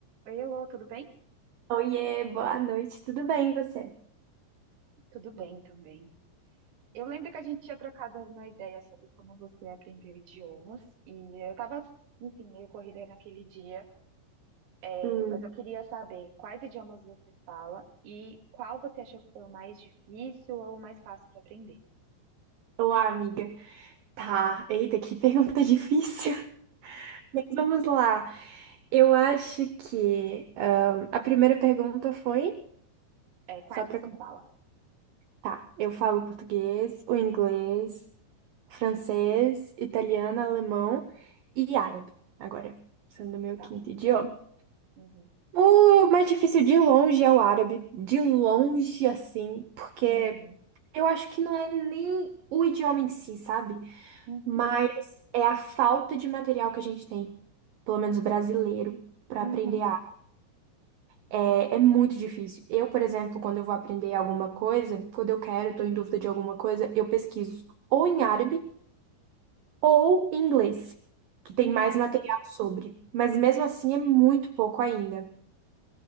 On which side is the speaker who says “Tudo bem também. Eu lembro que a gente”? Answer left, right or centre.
Right